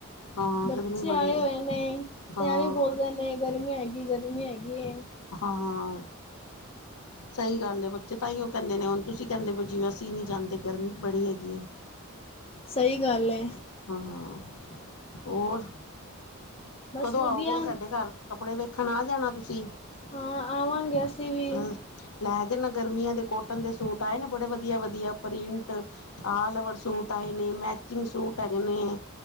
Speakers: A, on the left; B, on the left.
A: ਹਾਂ
B: ਬੱਚੇ
A: ਗਰਮੀ ਬੜੀ
B: ਆਏ
A: ਹੈ
B: ਹੋਏ ਨੇ
A: ਹਾਂ
B: ਤੇ ਐਵੇਂ ਬੋਲਦੇ ਨੇ। ਨਹੀਂ ਗਰਮੀ ਹੈਗੀ ਗਰਮੀ ਹੈਗੀ ਏ।
A: ਹਾਂ। ਸਹੀ ਗੱਲ ਏ ਬੱਚੇ ਤਾਂ ਹੀ ਉਹ ਕਹਿੰਦੇ ਨੇ, ਹੁਣ ਤੁਸੀਂ ਕਹਿੰਦੇ ਹੋ ਜਿਵੇਂ ਅਸੀਂ ਨਹੀਂ ਜਾਂਦੇ, ਗਰਮੀ ਬੜੀ ਹੈਗੀ ਹੈ।
B: ਸਹੀ ਗੱਲ ਐ।
A: ਹਾਂ, ਹੋਰ?
B: ਬਸ
A: ਕਦੋਂ
B: ਵਧੀਆ
A: ਆਓਗੇ ਸਾਡੇ ਘਰ? ਕੱਪੜੇ ਵੇਖਣ ਆ ਜਾਣਾ ਤੁਸੀਂ।
B: ਹਾਂ, ਆਵਾਂਗੇ ਅਸੀਂ ਵੀ।
A: ਅ ਲੈ ਤੇ ਮੈਂ ਗਰਮੀਆਂ ਦੇ ਕੋਟਨ ਦੇ ਸੂਟ ਆਏ ਨੇ ਬੜੇ ਵਧੀਆ- ਵਧੀਆ ਪ੍ਰਿੰਟ- ਆਲਵਰ ਸੂਟ ਹੈਗੇ ਨੇ, ਮੈਚਿੰਗ ਸੂਟ ਹੈਗੇ ਨੇ।